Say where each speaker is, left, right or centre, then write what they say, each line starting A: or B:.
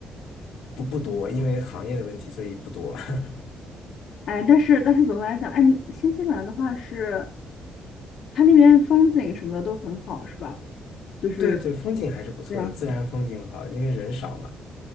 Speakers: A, on the left (about 85°); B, on the left (about 70°).
A: 不不多，因为行业的问题，所以不多。<laughs>
B: 哎，但是但是总的来讲，哎，你新西兰的话是，它那边风景什么的都很好，是吧？就是。
A: 对对，风景还是不错的，
B: 这样。
A: 自然风景好，因为人少嘛。